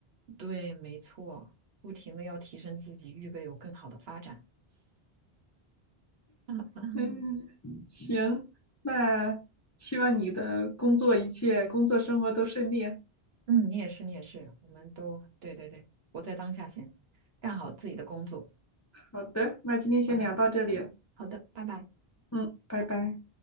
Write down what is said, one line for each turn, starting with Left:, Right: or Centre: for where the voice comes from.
Right: 对，没错，不停的要提升自己，预备有更好的发展。<laughs>
Left: 嗯，行，那希望你的工作一切，工作生活都顺利。
Right: 嗯，你也是，你也是，我们都对对对，活在当下先，干好自己的工作。
Left: 好的，那今天先聊到这里。
Right: 好的，好的，拜拜。
Left: 嗯，拜拜。